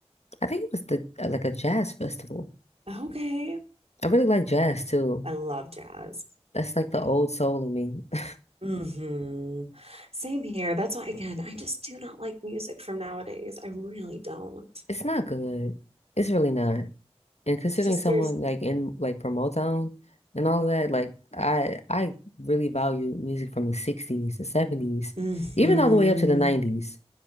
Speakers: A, on the left; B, on the right.
A: I think it was the uh, like a jazz festival.
B: Okay.
A: I really like jazz too.
B: I love jazz.
A: That's like
B: Yeah.
A: the old soul in me. <laughs>
B: Mm-hmm. Same here. That's why, again, I just do not like music from nowadays. I really don't.
A: It's not good. It's really not. And considering
B: It's just
A: someone
B: there's.
A: like in like from Motown and all of that, like I I really value music from the 60s, the 70s,
B: Mm-hmm.
A: even all the way up to the 90s.